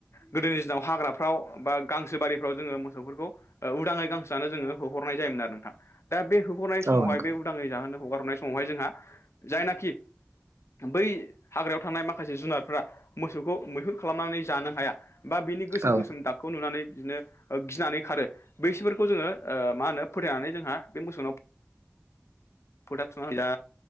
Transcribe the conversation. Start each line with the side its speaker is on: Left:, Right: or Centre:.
Left: गोदोनि दिनाव हाग्राफ्राव बा गांसो बारिफ्राव जोङो मोसौफोरखौ ह उदाङै गांसोआनो जोङो होहरनाय जायोमोन आरो नोंथां। दा बे होहरनाय समावहाय
Right: औ नंगौ
Left: बे उदाङै जाहोनो हगारहरनाय समावहाय जोंहा जायनाखि बै हाग्रायाव थानाय माखासे जुनारफ्रा मोसौखौ मैहुर खालामनानै जानो हाया बा बिनि गोसोम
Right: औ
Left: गोसोम दाग खौ नुनानै बिदिनो गिनानै खारो बैसोरफोरखौ जोङो ओ मा होनो फोथायनानै जोंहा बे मोसौनाव फो थुना होयोदा